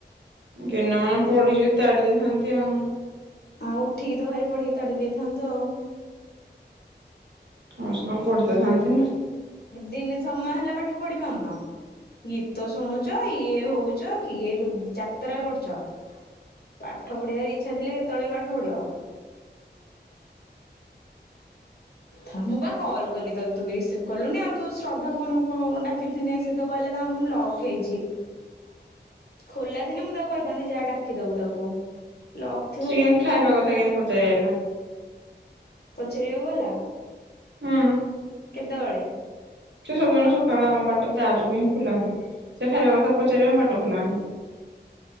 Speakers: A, on the right; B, on the left.
A: ଦିନମାନ ପଢିଛି ତାଡ଼ି ଦେଇଥାନ୍ତି ଆଉ।
B: ଆଉ ଉଠିକି ତ ଭାରି ପଢିକି ତାଡି ଦେଇଥାନ୍ତୁ ଆଉ।
A: କମ ସେ କମ ପଢିତ ଥାନ୍ତି ନା।
B: ଦିନେ ସମୟ ହେଲା ପାଠ ପଢି ପାରୁନ। ଗୀତ ଶୁଣୁଛ ଇଏ ହଉଛ କିଏ ଯାତ୍ରା କରୁଛ। ପାଠ ପଢିବାର ଇଛା ଥିଲେ କେତବଳେ ବି ପାଠ ପଢିବ। ହଁ ମୁଁ ବା କଲ୍ କଲି ତତେ ତୁ ବି ରିସିଭ୍ କଲୁନି ଆଉ ତୁ ଶ୍ରଦ୍ଧା ଫୋନ୍ କୁ ଡାକିଥିନେ ସେ ତ କହିଲା ତାଙ୍କ ରୁମ ଲକ୍ ହେଇଛି। ଖୋଲା ଥିନେ ମୁଁ ତାକୁ କହିଥାନ୍ତି ଯା ଡାକି ଦବୁ ତାକୁ। ଲକ୍ ଥିବ
A: ସେ କେମିତି
B: ମୁଁ
A: ଖାଇବା
B: କାଇଁ
A: କଥା କେମିତି ପଚାରି ହେଲା
B: ପଚାରିବାକୁ ଗଲା?
A: ହୁଁ।
B: କେତବଳେ?
A: ସେ ସବୁ ଦିନ ସକାଳୁଆ ଆମ ବାଟ ତା ଯୋଗୁ ହିଁ ଖୋଲା ହୁଏ। ସେ ଖାଇବା କଥା ପଚାରିବ‌ ଆମ ବାଟ ଖୋଲା ହମ।